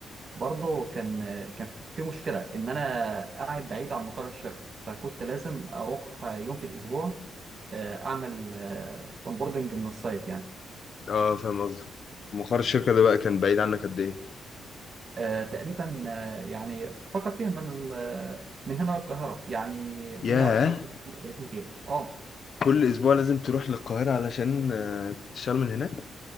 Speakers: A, on the right (about 45°); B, on the left (about 50°).
A: برضه كان آه، كان في مشكلة إن أنا قاعد بعيد عن مقر الشركة فكنت لازم أروح آه، يوم في الأسبوع آه، أعمل أونبوردنج من السايت يعني
B: اه فاهم قصدي مقر الشركة ده بقى كان بعيد عنك قد إيه؟
A: آه، تقريبا آه، يعني فكر فيها من ال- آه، من هنا للقاهرة يعني 120
B: ياه
A: كيلو 130 كيلو اه
B: كل أسبوع لازم تروح للقاهرة علشان آه، تشتغل من هناك؟